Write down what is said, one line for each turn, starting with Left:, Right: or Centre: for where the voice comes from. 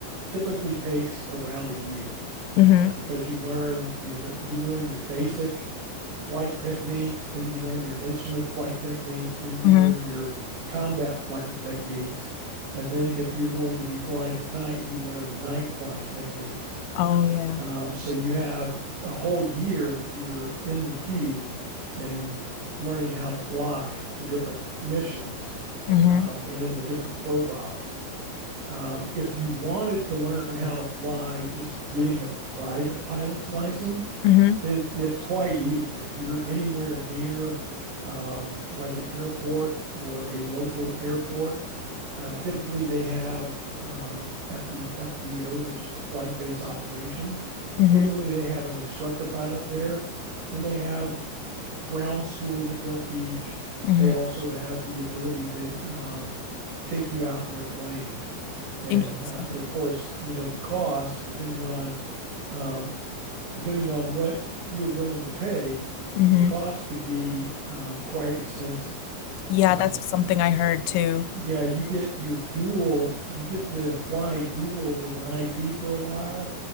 Right: typically takes around a year
Left: Mm-hmm.
Right: uh, because you learn you know, you learn your basic flight techniques, then you learn your instrument flight techniques, then you
Left: Mm-hmm.
Right: learn your combat flight techniques, and then if you're going to be flying at night, you learn night flying techniques.
Left: Oh yeah.
Right: Um, so you have a whole year that you're in the queue and learning how to fly the different missions
Left: Mm-hmm.
Right: um, and in the different profiles. Um, if you wanted to learn how to fly, just getting a private pilot's license,
Left: Mm-hmm.
Right: it, it's quite easy. If you're anywhere near um, like an airport or a local airport, uh, typically, they have um, at the FBO, which is the flight base operations,
Left: Mm-hmm.
Right: typically they have an instructor pilot there and they have ground school that they'll teach.
Left: Mm-hmm.
Right: They also have the ability to um, take you out in their planes. And
Left: Interesting.
Right: uh, of course, you know, the cost, depending on, um, depending on what you're willing to pay,
Left: Mm-hmm.
Right: the cost could be um, quite extensive.
Left: Yeah,
Right: Um,
Left: that's something I heard too.
Right: yeah, you get your dual, you get to fly dual with an IP for a while,